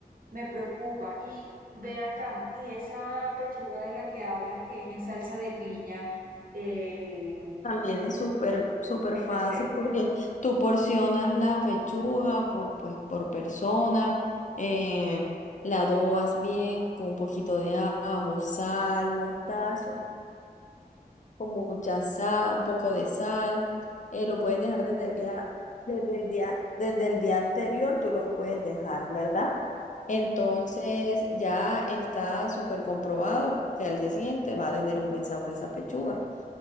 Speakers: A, on the right; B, on the left.
A: me preocupa. Y ven acá, y esa pechuga de la que hablas, que es en salsa de piña, eh,
B: También es súper, súper
A: hay
B: fácil
A: que hacer.
B: porque tú porcionas la pechuga por, pues, por persona, eh, la adobas bien con un poquito de ajo, sal, mostazo. con mucha sal, un poco de sal. eh, lo puedes dejar desde el día, desde el día, desde el día anterior, tú lo puedes dejar, ¿verdad? Entonces
A: Sí.
B: ya está súper comprobado que al día siguiente va a tener un buen sabor esa pechuga.